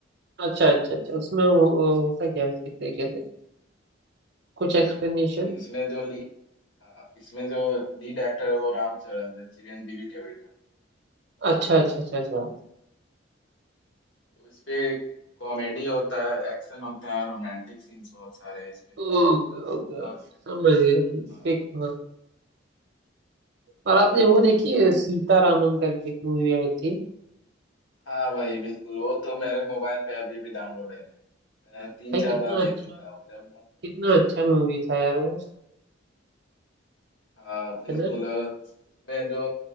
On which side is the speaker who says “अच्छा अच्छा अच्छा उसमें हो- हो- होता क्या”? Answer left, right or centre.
Right